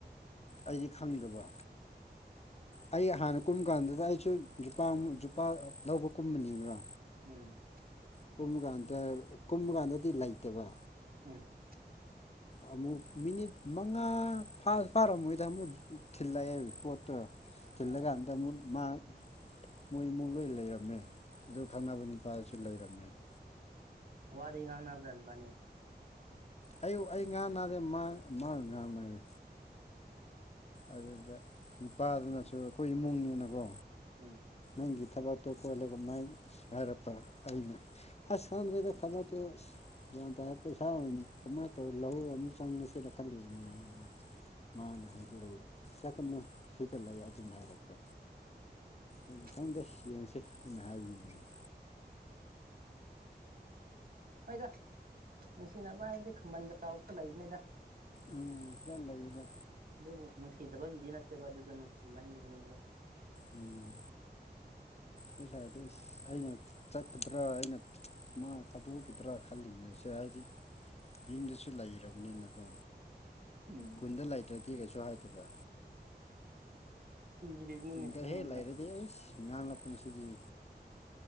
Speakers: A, on the left; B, on the right.
A: ꯑꯩꯗꯤ ꯈꯪꯗꯕ ꯑꯩ ꯍꯥꯟꯅ ꯀꯨꯝꯕ ꯀꯥꯟꯗꯨꯗ ꯑꯩꯁꯨ ꯖꯨꯄꯥꯛ ꯖꯨꯄꯥꯛ ꯂꯧꯕ ꯀꯨꯝꯕꯅꯦꯕ
B: ꯎꯝ
A: ꯀꯨꯝꯕ ꯀꯥꯟꯗ ꯀꯨꯝꯕ ꯀꯥꯟꯗꯗꯤ ꯂꯩꯇꯦꯕ
B: ꯎꯝ
A: ꯑꯃꯨꯛ ꯃꯤꯅꯤꯠ ꯃꯉꯥ ꯐꯥꯔ ꯐꯥꯔꯝ ꯃꯣꯏꯗ ꯑꯃꯨꯛ ꯊꯤꯜꯂꯛꯑꯦꯕ ꯄꯣꯠꯇꯣ ꯇꯤꯜꯂꯒ
B: ꯎꯝ
A: ꯀꯥꯟꯗ ꯃꯨꯛ ꯃꯥ ꯃꯣꯏ ꯏꯃꯨꯡ ꯂꯣꯏ ꯂꯩꯔꯝꯃꯦ ꯑꯗꯨꯒ ꯈꯪꯅꯕ ꯅꯨꯄꯥꯗꯨꯁꯨ ꯂꯩꯔꯝꯃꯦ <unintelligible>
B: ꯋꯥꯗꯤ ꯉꯥꯡꯅꯕ꯭ꯔꯦꯟ ꯕꯅꯦ
A: ꯑꯩꯌꯨꯛ ꯑꯩ ꯉꯥꯡꯅꯗꯦ ꯃꯥ ꯃꯥꯥꯅ ꯉꯥꯡꯕꯅꯦ
B: ꯎꯝ
A: ꯑꯗꯨꯗ ꯅꯨꯄꯥꯗꯨꯅꯁꯨ ꯑꯩꯈꯣꯏ ꯏꯃꯨꯡꯅꯤꯅꯀꯣ
B: ꯎꯝ
A: ꯅꯪꯒꯤ ꯊꯕꯥꯛꯇꯣ ꯀꯣꯠꯂꯒ ꯃꯥꯏ ꯍꯥꯏꯔꯛꯄ ꯑꯩꯅ ꯑꯁ ꯈꯪꯗ꯭ꯔꯦꯗ ꯊꯕꯇ ꯑꯁ ꯒ꯭ꯌꯥꯟ ꯇꯥꯔ ꯄꯩꯁꯥ ꯑꯣꯏꯅ ꯀꯃꯥꯏꯅ ꯇꯧꯔ ꯂꯧ ꯑꯃꯨꯛ ꯆꯪꯉꯁꯤꯅ ꯈꯜꯂꯤꯕꯅꯦ ꯍꯥꯏꯔꯒ ꯃꯥꯅ ꯍꯥꯏꯖꯔꯒ ꯆꯠꯀꯅꯨ ꯁꯤꯗ ꯂꯩꯌꯨ ꯑꯗꯨꯝ ꯍꯥꯏꯔꯛꯄ ꯑꯗꯨꯗꯤ ꯈꯪꯗꯦ
B: ꯎꯝ
A: ꯌꯦꯡꯁꯤ ꯑꯩꯅ ꯍꯥꯏꯕꯤꯅꯦꯕ
B: ꯍꯣꯏꯗ ꯅꯨꯡꯁꯤꯅꯕ ꯍꯥꯏꯔꯗꯤ ꯈꯝꯕꯟ ꯆꯥꯎꯕꯁꯨ ꯂꯩꯕꯅꯤꯗ
A: ꯎꯝ ꯁꯤꯗ ꯂꯩꯔꯤꯕ
B: ꯑꯗꯨꯕꯨ ꯅꯨꯡꯁꯤꯗꯕꯒꯤꯗꯤ ꯅꯠꯇꯦꯕ ꯑꯗꯨꯗꯣ ꯅꯨꯡꯁꯤꯃꯟꯕꯒꯤꯅꯦꯕ
A: ꯎꯝ ꯑꯩꯈꯣꯏ ꯁꯥꯢꯗꯣ ꯏꯁ ꯑꯩꯅ ꯆꯠꯀꯗ꯭ꯔꯥ ꯑꯩꯅ ꯃꯥ ꯊꯥꯗꯣꯛꯈꯤꯗ꯭ꯔꯥ ꯈꯜꯂꯤꯉꯁꯦ ꯍꯥꯏꯗꯤ ꯌꯨꯝꯗꯁꯨ ꯂꯩꯔꯕꯅꯤꯅꯀꯣ
B: ꯎꯝ
A: ꯀꯨꯟꯗ ꯂꯩꯇ꯭ꯔꯗꯤ ꯀꯩꯁꯨ ꯍꯥꯏꯗꯕ
B: ꯀꯤꯔꯤꯕꯅꯤꯅꯦ
A: ꯈꯨꯟꯗ
B: ꯅꯪꯕꯨꯗꯣ
A: ꯍꯦꯛ ꯂꯩꯔꯗꯤ ꯑꯁ ꯉꯥꯡꯂꯛꯄꯅꯤ ꯁꯤꯗꯤ